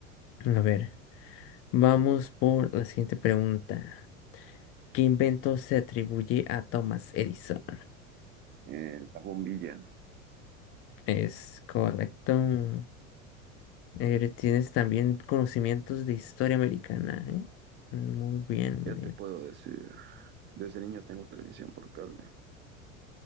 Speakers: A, on the left (about 35°); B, on the right (about 30°).
A: A ver, vamos por la siguiente pregunta. ¿Qué invento se atribuye a Thomas Edison?
B: Eh, la bombilla.
A: Es correcto. Eh, tienes también conocimientos de historia americana, ¿eh? Muy bien,
B: ¿Qué
A: muy bien.
B: te puedo decir? Desde niño tengo televisión por cable.